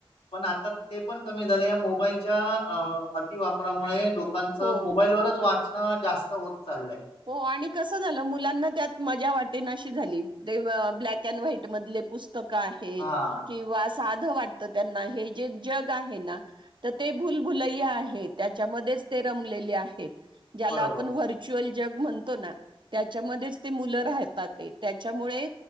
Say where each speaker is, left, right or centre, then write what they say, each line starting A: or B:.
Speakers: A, on the left; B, on the right.
A: पण आता ते पण कमी झालं या मोबाईलच्या अ अतिवापरामुळे लोक कांच
B: हो
A: मोबाईल वरच वाचणं जास्त होत चाललंय.
B: हो आणि कसं झालं मुलांना त्यात मजा वाटेन अशी झाली, ते ब्लॅक अँड व्हाईट मधले पुस् तक‌ आहेत
A: हा
B: किंवा साधं वाट त त्यांना हे जे जग आहे ना, तर ते भुलभुलैया आहे त्याच्यामध्येच ते रमले <unintelligible>
A: बरोबर
B: जग म्हणतो ना त्याच्यामध्येच ते मुलं राहतात ते त्याच्यामुळे